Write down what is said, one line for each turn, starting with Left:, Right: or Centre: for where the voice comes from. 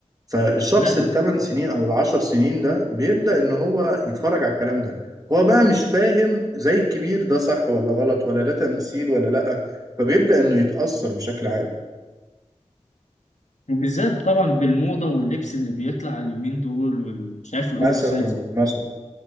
Right: فالشخص
Left: لا ده
Right: الثمان سنين او العشر سنين ده بيبدا ان هو يتفرج على الكلام ده هو بقى مش فاهم زي الكبير ده صح ولا غلط ولا ده تمثيل ولا لا فبيبدا انه يتاثر بشكل عام
Left: وبالذات طبعا بالموضه واللبس اللي بيطلع اليومين دول ومش عارف الاوفر
Right: مثلا
Left: سايز
Right: مثلا